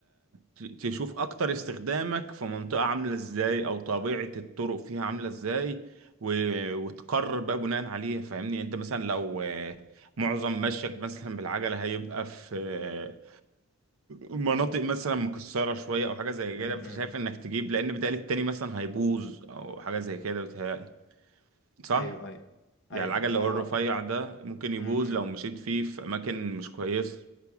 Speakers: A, on the right (about 70°); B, on the left (about 55°).
A: ت- تشوف اكتر استخدامك في منطقة عاملة ازاي او طبيعة الطرق فيها عاملة ازاي و- وتقرر بقى بناء عليها فاهمني انت مثلا لو آه، معظم مشيك مثلا بالعجلة هيبقى في آه، مناطق مثلا مكسرة شوية او حاجة زي
B: امم
A: كده فشايف
B: إمم.
A: انك تجيب لان بتقال التاني مثلا هيبوظ او حاجة زي كده بتهيألي صح؟
B: ايوه ايوه
A: يعني
B: ايوه
A: العجل
B: ايوه
A: لو
B: ما هو
A: الرفيع ده ممكن يبوظ
B: امم إمم.
A: لو مشيت فيه في أماكن مش كويسة